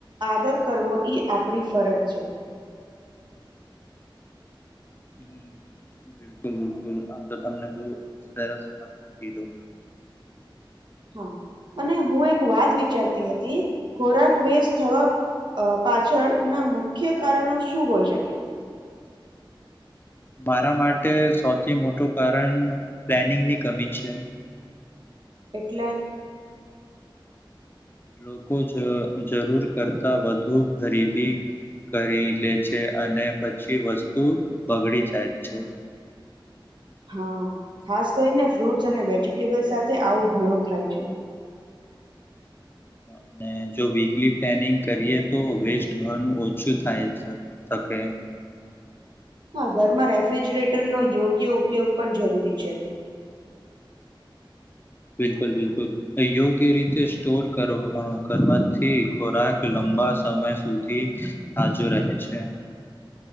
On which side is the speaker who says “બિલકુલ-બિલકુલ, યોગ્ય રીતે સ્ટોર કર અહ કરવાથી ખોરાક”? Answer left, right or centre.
Left